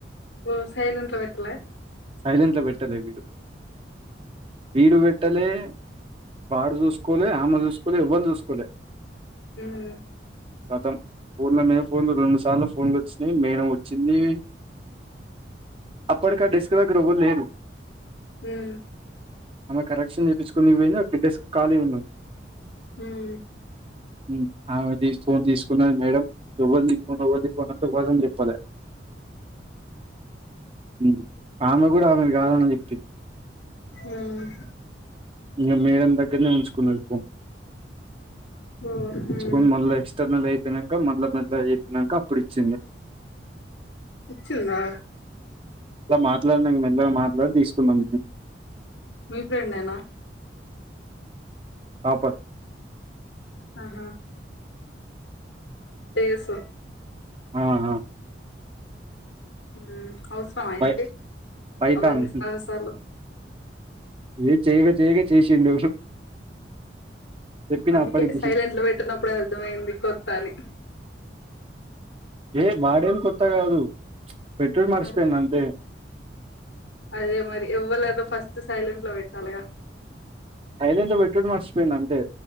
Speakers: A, on the left (about 85°); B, on the right (about 30°).
A: ఓ సైలెంట్లో పెట్టలే
B: సైలెంట్లో పెట్టలే వీడు వీడు పెట్టలే వాడు చూసుకోలే ఆమె చూసుకోలే ఎవళు చూసుకోలే
A: ఉమ్
B: కతం ఫోన్ల మీద ఫోన్లు రెండు సార్లు ఫోన్లు వచ్చినాయి మెడం వచ్చింది అప్పడక డస్క్ దగ్గర ఎవలేరు
A: ఉమ్మ్
B: ఆమె కరెక్షన్ చేపిచుకున్నికి పోయింది అప్లిడిస్క్ ఖాళీ ఉని
A: ఉమ్
B: ఉమ్ ఆమెది ఫోన్ తీసుకున్నాది మేడం ఎవన్ది ఫోన్ ఎవరిది ఫోన్ అంటే ఎవ్వరేం చెప్పలే ఉమ్ ఆమె కూడా ఆమెది కాదని చెప్పింది
A: ఉమ్మ్
B: ఇంకా మేడం దగ్గర్నే ఉంచుకున్నది ఫోను
A: ఓ
B: ఉంచుకొని
A: మ్
B: మళ్ళీ ఎక్స్ట్రానల్ అయిపోయినంక మల్ల మెల్లగా చెప్పినంక అప్పుడు ఇచ్చింది
A: ఇచ్చిందా
B: ఇట్లా మాట్లాడినాం మెల్లగా మాట్లాడి తీసుకున్నాం
A: మీ ఫ్రెండేనా
B: ఆ టప
A: ఆహా టే సో
B: ఆహా
A: ఉమ్మ్ అవసరమా ఆయనకి
B: పై- పైథాన్
A: అవన్నీ సాహసాలు
B: ఏదో చెయ్యక చెయ్యక చేసిండు చెప్పిన
A: అందుకే
B: అప్పటికి
A: సైలెంట్లో పెట్టనప్పుడే అర్థమైంది కొత్త అని
B: ఏ వాడేమి కొత్త కాదు పెట్టడం మర్చిపోయింది
A: మరి
B: అంతే
A: అదే మరి ఎవ్వలేరు ఫస్ట్ సైలెంట్ లో పెట్టాలిగా
B: సైలెంట్లోపెట్టుడు మర్చిపోయ అంతే